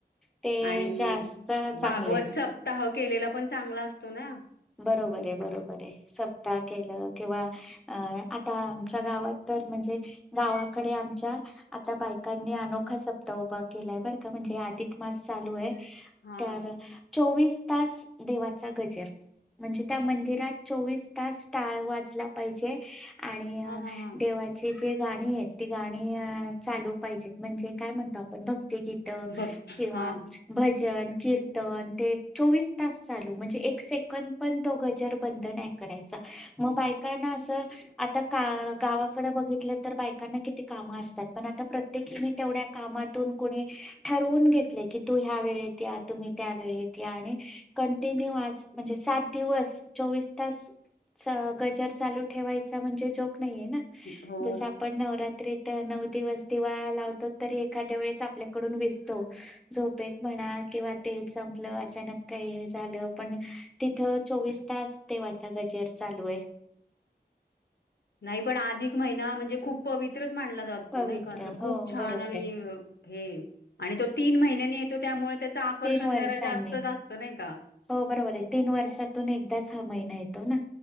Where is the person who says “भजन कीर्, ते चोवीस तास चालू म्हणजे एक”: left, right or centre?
Centre